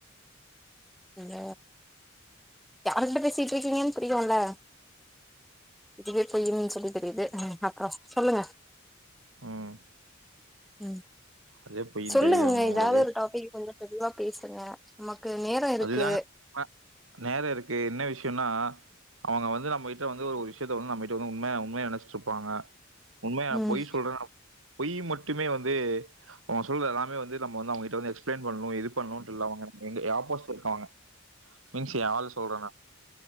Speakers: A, in the centre; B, on the right.
A: இந்த யாருகிட்ட பேசிட்டுருக்கீங்கன்னு புரியுல்ல இதுவே பொய்யுனு சொல்லி தெரியுது அப்புறம் சொல்லுங்க
B: ம்
A: ம்
B: அதே பொய்ன்னு
A: சொல்லுங்கங்க
B: தெரியுதாமா உங்களுக்கு
A: எதாவது ஒரு டாபிக் கொஞ்ச தெளிவா பேசுங்க நேரோ இருக்கு
B: அதுதாங்க நேர இருக்கு என்ன விஷய ன்னா அவுங்க வந்து நம்மகிட்ட வந்து ஒரு விஷயத்த வந்து நம்மகிட்ட வந்து உண்மையா உண்மையா நெனச்சு ப்பாங்க உண்மையா
A: ம்
B: பொய் சொல்றேனு பொய் மட்டுமே வந்து அவுங்க சொல்றது எல்லாமே வந்து நம்ம வந்து அவுங்ககிட்ட வந்து எக்ஸ் ப்லைன் பண்ணணு இது பண்ணணுட்டு இல்ல அவுங்க எங்க ஆப்போஸிட் இருக்கங்க மீன்ஸ் எ ஆள் சொல்றே நா